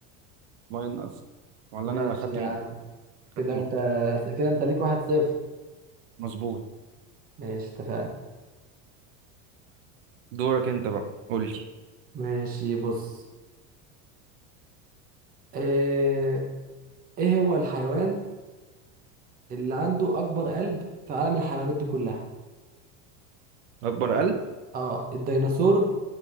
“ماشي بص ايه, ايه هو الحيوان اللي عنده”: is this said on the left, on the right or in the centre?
Right